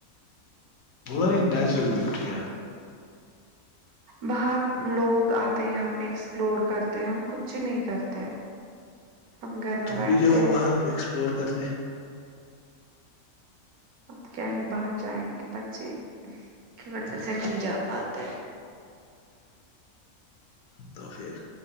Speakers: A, on the left; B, on the right.
A: ب نیچرل بیوٹیں
B: بہت لوگ آتے یہاں پہ ایکسپلور کرتے ہم کچھ نہیں کرتے ہم گھر
A: تم
B: میں بیٹھتے
A: بھی جاؤ
B: ہیں
A: باہر اکسپلور کرنے
B: اب کیا ہی باہر جائیں گے بچے کی وجہ سے نہیں جا پاتے
A: تو پھر